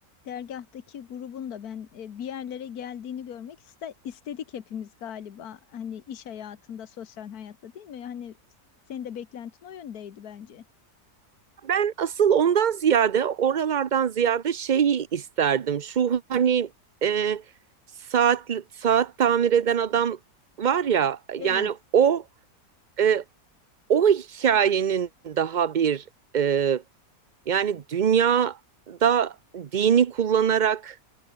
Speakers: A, on the left; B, on the right.
A: dergahtaki grubun da ben e, bir yerlere geldiğini görmek iste istedik hepimiz galiba. Hani iş hayatında, sosyal hayatta değil mi? Hani senin de beklentin o yöndeydi bence.
B: ben asıl ondan ziyade oralardan ziyade şeyi isterdim. Şu hani e, saat saat tamir eden adam var ya yani
A: Evet.
B: o E, o hikayenin daha bir e, yani dünyada dini kullanarak